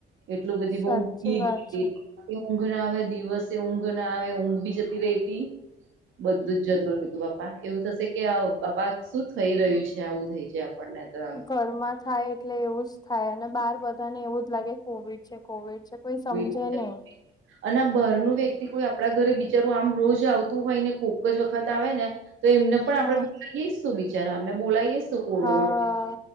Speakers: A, on the right (about 80°); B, on the left (about 20°).
A: એટલું બધી
B: સાચી
A: બઉ કીટ.
B: વાત
A: ઊંઘ ના આવે દિવસે ઊંઘ ના આવે ઊંઘ બી જતી રહી હતી. બધું જ જતું રહતું બાપા એવું થશે કે બાપા શું થઈ રહ્યું છે આવું થઈ જાય આપણને તો એમ
B: ઘરમાં થાય એટલે એવું જ થાય અને બાર બધાને એવું જ લાગે કોવિડ છે કોવિડ છે. સમજે
A: કોઈ <unintelligible>
B: નહી
A: અને બહારનું વ્યક્તિ કોઈ આપડા ઘરે બિચારું આમ રોજ આવતું હોય ને કોક જ વખત આવે ને. તો એમને પણ
B: હા
A: આપડણે બોલાવીએ શું બિચારા અમને બોલાવીયું કોરોનો
B: હા